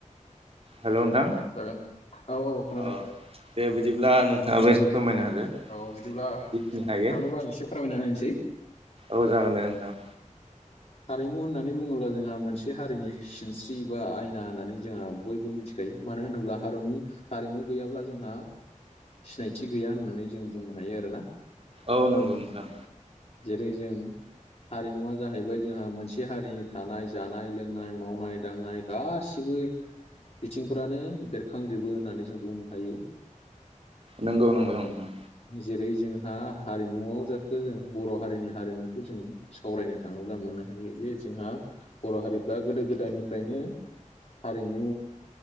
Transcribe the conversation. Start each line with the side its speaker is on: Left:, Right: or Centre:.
Right: हेलौ नोंथां
Left: औ जागोन औ औ खोनादों
Right: अ। दे बिदिब्ला नोंथाङाबो एसे फोरमायना होदो।
Left: औ बिदिब्ला नोंथांनोबो
Right: जिखिनि हायो
Left: आं एसे फोरमायना होनसै।
Right: औ जागोन दे नोंथां।
Left: हारिमु होननानै बुङोब्ला जोंहा मोनसे हारिनि सिनस्रि बा आयना होननानै जोंहा बयबो मिथि खायो मानो होनोब्ला हारिमनि हारिमु गैयाब्ला जोंहा सिनायथि गैया होननानै जों बुंनो हायो आरो ना।
Right: औ नोंगौ नोंथां।
Left: जेरै जों हारिमुवा जाहैबाय जोंहा मोनसे हारिनि थानाय जानाय लोंनाय मावनाय दांनाय। गासिबो बिथिंफ्रानो बेरखांजोबो होननानै जों बुंनो हायो।
Right: नंगौ नंगौ नोंथां।
Left: जेरै जोंहा हारिमुआव जाखो जों बर' हारिनि हारिमुखौ जों सावरायनो थाङोब्ला मोननो हायो जे जोंहा बर' हारिफ्रा गोदो गोदायनिफ्रायनो हारिमु